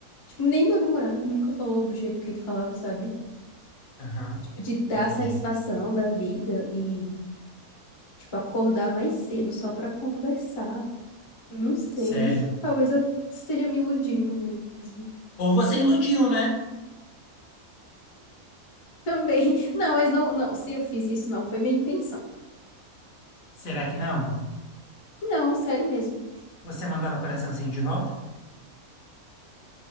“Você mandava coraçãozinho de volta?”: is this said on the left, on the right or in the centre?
Left